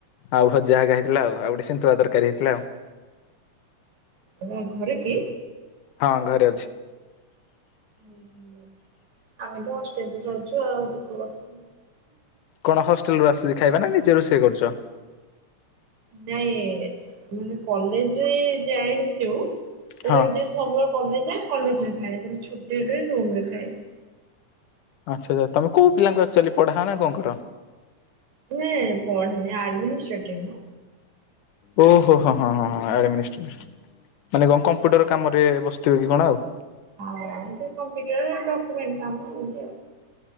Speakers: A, on the left; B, on the right.
A: ଆଉ ଭଜା ହାଗା ହେଇଥିଲା ଆଉ ଆଉ ଗୋଟେ ସନ୍ତୁଳା ତରକାରୀ ହେଇଥିଲା ଆଉ।
B: ତମେ ଘରେ କି?
A: ହଁ ଘରେ ଅଛି।
B: ଓହୋ ଆମେ ତ ହଷ୍ଟେଲରେ ରହୁଛୁ ଆଉ ଦୁଃଖ କଥା।
A: କଣ ହଷ୍ଟେଲରୁୁ ଆସିଛି ଖାଇବା ନା ନିଜେ ରୋଷେଇ କରୁଛ?
B: ନାଇଁ ମାନେ କଲେଜ୍ ରେ ଯାଏ ବି ଯୋଉ ତାପରେ
A: ହଁ
B: ଡ୍ରେସ୍ ସବୁବେଳେ କଲେଜ୍ କଲେଜ୍ ରେ ଖାଏ ଯେତେଳେ ଛୁଟିରେ ରୁହେ ରୁମ୍ ରେ ଖାଏ।
A: ଆଚ୍ଛା ଆଚ୍ଛା ତମେ କୋଉ ପିଲାଙ୍କୁ ଆକ୍ଚୁଲି ପଢ଼ାଅ ନା କଣକର?
B: ନାଇଁ ପଢ଼େନି ଆଡ଼ମିନିଷ୍ଟ୍ରେଟର
A: ଓହୋ ହ ହଁ ହଁ ହ ଆଡ଼ମିନିଷ୍ଟ୍ରେଟର ମାନେ କଣ କମ୍ପ୍ୟୁଟର କାମ ରେ ବସିଥିବେ କି କଣ ଆଉ।
B: ହଁ ସେ କମ୍ପ୍ୟୁଟର ଡକ୍ୟୁମେଣ୍ଟ କାମ ଏମିତି ଆଉ।